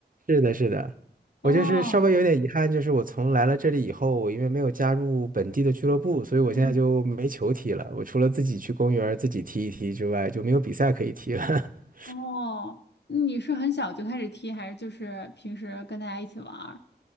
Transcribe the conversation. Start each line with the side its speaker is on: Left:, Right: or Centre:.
Right: 是的，是的，
Left: 嗯哦，
Right: 我就是稍微有点遗憾，就是我从来了这里以后，我因为没有加入本地的俱乐部，所以我现在就没球踢了。
Left: 嗯，
Right: 我除了自己去公园儿自己踢一踢之外，就没有比赛可以踢了。<laughs>
Left: 哦，你是很小就开始踢，还是就是平时跟大家一起玩儿？